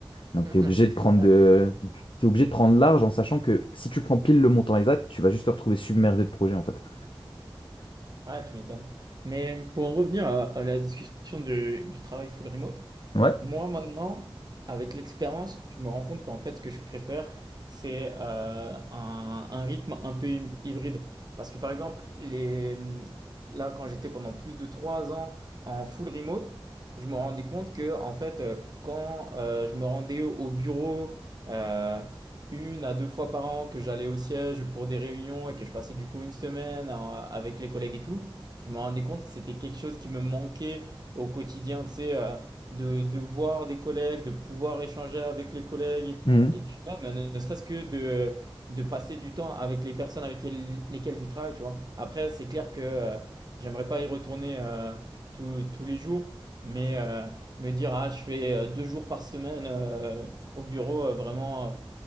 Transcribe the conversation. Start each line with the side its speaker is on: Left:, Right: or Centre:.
Left: Donc,
Right: <laughs>
Left: tu es obligé de prendre de... t'es obligé de prendre large en sachant que si tu prends pile le montant exact, tu vas juste te retrouver submergé de projets, en fait.
Right: Ah, tu m'étonnes. Mais pour en revenir à, à la discussion du, du travail full remote,
Left: Ouais.
Right: moi, maintenant, avec l'expérience, je me rends compte qu'en fait, ce que je préfère, c'est euh, un, un rythme un peu hy- hybride. Parce que par exemple, les, mmh, là, quand j'étais pendant plus de trois ans en full remote, je me rendais compte que, en fait, euh, quand euh, je me rendais au au bureau euh, une à deux fois par an, que j'allais au siège pour des réunions et que je passais du coup une semaine euh, avec les collègues et tout, je me rendais compte que c'était quelque chose qui me manquait au quotidien, tu sais. euh, de, de voir des collègues, de pouvoir échanger avec les collègues,
Left: Mhm.
Right: et puis même, ne serait-ce que de, de passer du temps avec les personnes avec quel- lesquelles tu travailles, tu vois. Après, c'est clair que euh, j'aimerais pas y retourner euh, tous tous les jours, mais euh, me dire, ah, je fais euh, deux jours par semaine euh, au bureau, euh, vraiment, euh,